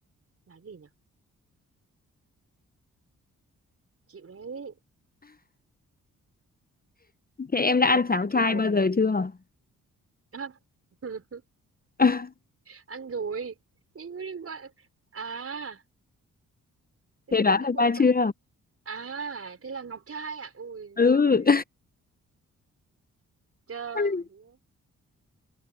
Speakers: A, on the right; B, on the left.
A: là gì nhỉ chịu đấy
B: Thế em đã
A: thua
B: ăn cháo
A: lại thua
B: chai
A: cuộc
B: bao
A: rồi
B: giờ chưa?
A: à, <laughs>
B: <laughs>
A: ăn rồi nhưng mà đừng gọi à cái,
B: Thế
A: cái,
B: đoán
A: cái
B: được
A: bộ
B: ra
A: phận
B: chưa?
A: À, thế là Ngọc Trai à? Ui
B: Ừ,
A: rồi trời
B: <laughs>
A: ơi.